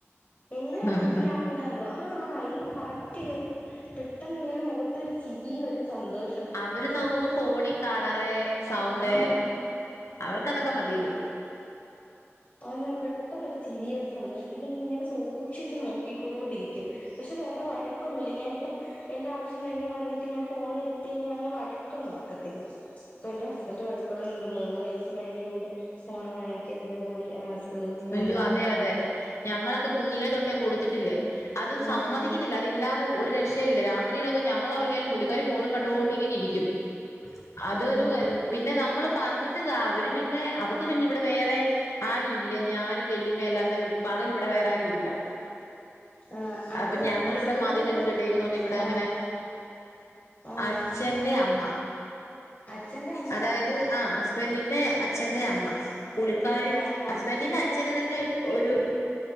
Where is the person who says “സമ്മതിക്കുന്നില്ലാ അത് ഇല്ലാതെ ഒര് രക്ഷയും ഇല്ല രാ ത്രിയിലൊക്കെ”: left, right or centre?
Left